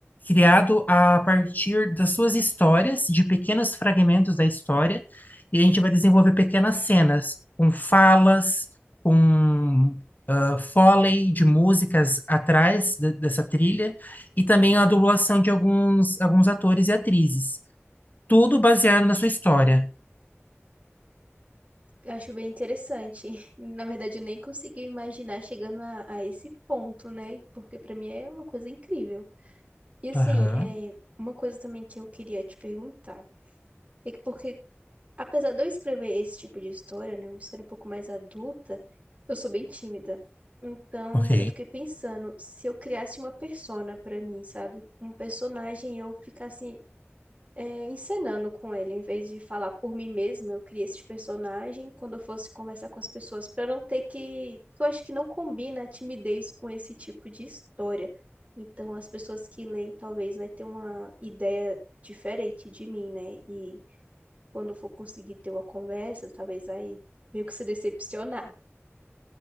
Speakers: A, on the left; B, on the right.
A: criado a partir das suas histórias, de pequenos fragmentos da história, e a gente vai desenvolver pequenas cenas, com falas, com ah, foley de músicas atrás de- dessa trilha, e também a dublagem de alguns, alguns atores e atrizes. Tudo
B: uhum.
A: baseado na sua história.
B: Ah, acho bem interessante. <laughs> Na verdade, eu nem consegui imaginar chegando a, a esse ponto, né? Porque para mim é uma coisa incrível. E assim,
A: Aham,
B: é, uma coisa também que eu queria te perguntar é que porque, apesar de eu escrever esse tipo de história, né, uma história um pouco mais adulta, eu sou bem tímida. Então,
A: ok.
B: eu fiquei pensando se eu criasse uma persona pra mim, sabe? Um personagem e eu ficasse é, encenando com ele. Em vez de falar por mim mesma, eu criei esse personagem quando eu fosse conversar com as pessoas, para não ter que. Porque eu acho que não combina a timidez com esse tipo de história. Então, as pessoas que leem talvez vai ter uma ideia diferente de mim, né? E quando eu for conseguir ter uma conversa, talvez vai meio que se decepcionar.